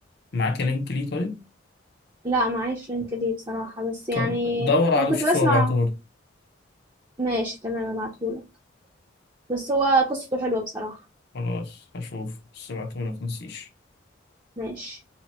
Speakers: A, on the left; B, on the right.
A: معاك لينك ليه طيب
B: لا معيش لينك ليه بصراحة بس يعني
A: طب دور عليه
B: أو كنت
A: وشوف
B: بسمع
A: هو بعتهولك
B: ماشي تمام ابعتهولك بس هو قصته حلوة بصراحة
A: خلاص هشوف بس بعتهولك متنسيش
B: ماشي